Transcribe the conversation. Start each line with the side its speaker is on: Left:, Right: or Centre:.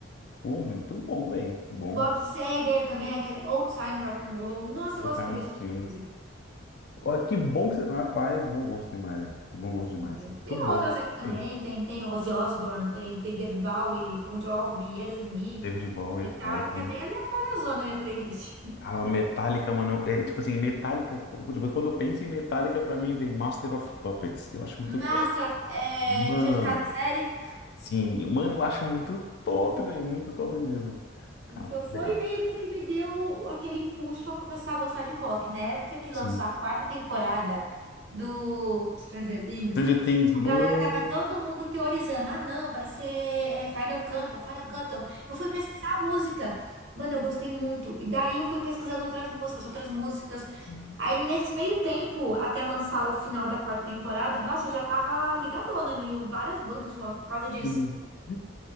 Left: Pô, muito bom, velho. Bom.
Right: Bob Seger também, aquele old time rock and roll. Nossa,
Left: O
Right: eu gosto
Left: Camelot,
Right: muito desse tipo
Left: sim.
Right: de música.
Left: Ó, que bom que você. Rapaz, bom gosto demais, velho. Bom gosto demais.
Right: É, Tem
Left: Muito bom.
Right: outras aqui também,
Left: Sim.
Right: tem, tem Ozzy Osbourne, tem, tem David Bowie, Bon Jovi, Aerosmith,
Left: David Bowie
Right: Metallica,
Left: é top.
Right: é bem aleatória a zona minha playlist.
Left: Cara, uma Metallica, mano. É, tipo assim, Metallica. tipo, Quando eu penso em Metallica, pra mim vem Master of Puppets, que
Right: <laughs>
Left: eu acho muito
Right: Master,
Left: top.
Right: of- é,
Left: Mano,
Right: Tira de Casa da Série,
Left: sim. Mano, eu acho muito top, velho. Muito top mesmo. Cara,
Right: foi, foi
Left: legal.
Right: meio que o que me deu aquele impulso a começar a gostar de rock, na época que lançou
Left: Sim.
Right: a quarta temporada do Stranger Things,
Left: Stranger Things, mano.
Right: A galera tava todo mundo teorizando. Ah, não, vai ser é, Final Canta, Final Canta. Eu fui pesquisar a música. Mano, eu gostei muito. E daí eu fui pesquisando outras músicas, outras músicas.
Left: Sim.
Right: Aí nesse meio tempo, até lançar o final da quarta temporada, nossa, eu já tava ligadona em várias bandas de rock por causa disso.
Left: <laughs>